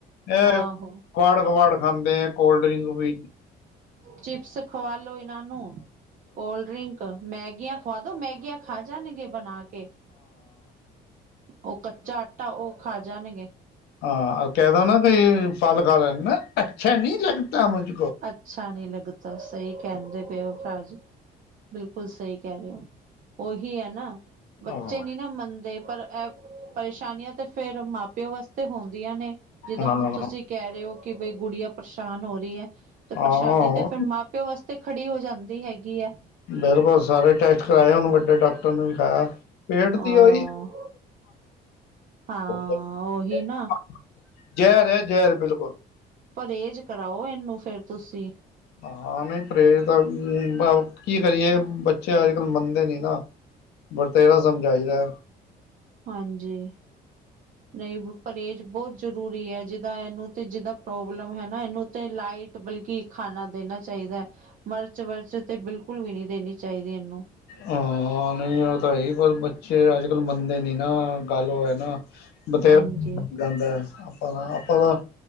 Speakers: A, on the left; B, on the right.
A: ਏਹ
B: ਆਹੋ
A: ਕੁਆੜ ਕਬਾੜ ਖਾਂਦੇ ਐ, ਕੋਲਡ ਡਰਿੰਕ ਵੀ।
B: ਚਿਪਸ ਖਵਾ ਲੋ ਇਹਨਾਂ ਨੂੰ, ਕੋਲਡ-ਡ੍ਰਿੰਕ ਮੈਗੀਆਂ ਖਵਾ ਦੋ ਮੈਗੀਆਂ ਖਾ ਜਾਨਗੇ ਬਨਾ ਕੇ। ਉ ਕੱਚਾ ਆਟਾ ਉ ਖਾ ਜਾਨਗੇ।
A: ਹਾਂ ਕੈ ਦੋ ਨਾ ਵੀ ਫਲ ਖਾ ਲੈਣ, ਨਾ ਅੱਛਾ ਨੀ ਲੱਗਤਾ ਮੁਝ
B: ਅੱਛਾ ਨੀ ਲੱਗਤਾ ਈ ਕੈਂਦੇ ਪਏ ਓ ਭਰਾਜੀ, ਬਿਲਕੁਲ ਸਈ ਕੈ ਰੇ ੳ। ਉਹੀ ਏ ਨਾ ਬੱਚੇ
A: ਹਾਂ
B: ਨੀ ਨਾ ਮੰਨਦੇ ਪਰ ਐ ਪਰੇਸ਼ਾਨੀਆਂ ਤੇ ਫੇਰ ਮਾਂ ਪਿਓ ਵਾਸਤੇ ਹੁੰਦੀਆਂ ਨੇ ਜਿੱਦਾਂ
A: ਨਾ
B: ਹੁਨ
A: ਨਾ ਨਾ,
B: ਤੁਸੀਂ। ਕੈ ਰੇ ੳ ਕਿ ਬਈ ਗੁਡੀਆਂ ਪਰੇਸ਼ਾਨ ਹੋ ਰੀ ਐ ਤੇ ਪਰੇਸ਼ਾਨੀ
A: ਹਾਂ
B: ਤੇ ਫੇਰ ਮਾਂ ਵਾਸਤੇ ਖੜੀ ਹੋ ਜਾਂਦੀ ਹੈਗੀ ਐ।
A: ਬਿਲਕੁਲ ਸਾਰੇ ਟੈਸਟ ਕਰਾਏ ਉਨੂੰ ਵੱਡੇ ਡਾਕਟਰ ਨੂੰ ਵਿਖਾਐ। ਪੇਟ
B: ਹਾਂ
A: ਦੀ ੳਈ
B: ਹਾਂ
A: <inaudible>
B: ਉਹੀ ਨਾ
A: ਜੈਰ ਏ ਜੈਰ ਬਿਲਕੁਲ।
B: ਪਰੇਜ਼ ਕਰਾਓ ਏਨੂੰ ਫੇਰ ਤੁਸੀਂ।
A: ਹਾਂ ਨੀ ਪਰੇਜ਼ ਦਾ ਵੀ ਕੀ ਕਰੀਏ ਬੱਚੇ ਅੱਜ ਕੱਲ੍ਹ ਮੰਨਦੇ ਨੀ ਨਾ। ਬਥੇਰਾ ਸਮਝਈਦੈ।
B: ਹਾਂਜੀ। ਨਈ ਪਰਹੇਜ਼ ਬੋਤ ਜ਼ਰੂਰੀ ਏ ਜਿੱਦਾਂ ਇਨੂੰ ਤੇ ਜ਼ਿੱਦਾ ਪ੍ਰੋਬਲਮ ਹੈ ਨਾ ਏਨੂੰ ਤੇ ਲਾਈਟ ਬਲਕਿ ਖਾਨਾ ਦੇਨਾ ਚਾਈਦੈ। ਮਰਚ ਵਰਚ ਤੇ ਬਿਲਕੁਲ ਵੀ ਨੀ ਦੇਨੀ ਚਾਈਦੀ ਇਨੂੰ।
A: ਹਾਂ ਹਾਂ ਨਈ ਉ ਤਾਂ ਹੈਈ, ਪਰ ਬੱਚੇ ਅੱਜ ਕੱਲ ਮੰਨਦੇ ਨੀ ਨਾ ਗੱਲ ਉ ਐ ਨਾ। ਬਥੇਰਾ
B: ਹਾਂਜੀ
A: ਗਾਂਦੈ ਆਪਾਂ ਤਾਂ